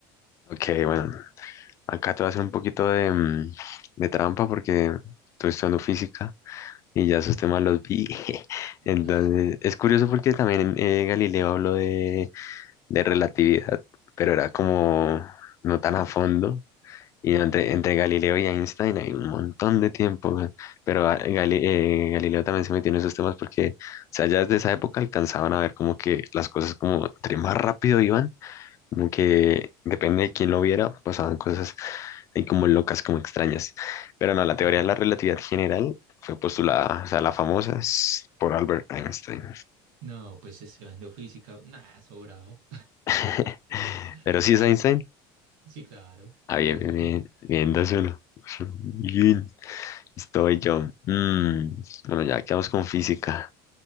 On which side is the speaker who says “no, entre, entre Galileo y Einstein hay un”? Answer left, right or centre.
Left